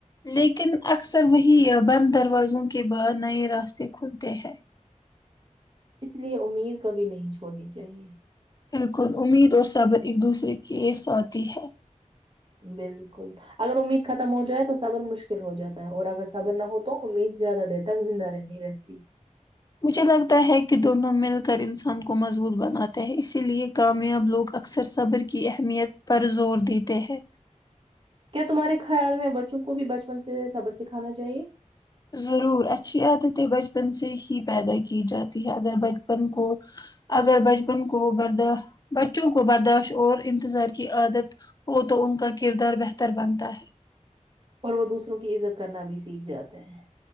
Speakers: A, on the left; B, on the right.
A: لیکن اکثر وہی بند دروازوں کے بعد نئے راستے کھلتے ہیں
B: اس لیے امیر کبھی نہیں چھوڑنی چاہیے
A: بالکل امید اور صبر ایک دوسرے کی ایس آتی ہے
B: بالکل اگر امید ختم ہو جائے تو صبر مشکل ہو جاتا ہے اور اگر صبر نہ ہو تو امید زیادہ دیتا تک زندہ رہ نہیں رہتی <unintelligible>
A: مجھے لگتا ہے کہ دونوں مل کر انسان کو مضبوط بناتے ہیں اسی لیے کامیاب لوگ اکثر صبر کی اہمیت پر زور دیتے ہیں
B: کیا تمہارے خیال میں بچوں کو بھی بچپن سے صبر سکھانا چاہیے
A: ضرور اچھی عادتیں بچپن سے ہی پیدا کی جاتی ہے اگر بچپن کو اگر بچپن کو بردا بچوں کو برداشت اور انتظار کی عادت وہ تو ان کا کردار بہتر بنتا ہے
B: اور وہ دوسروں کی عزت کرنا بھی سیکھ جاتے ہیں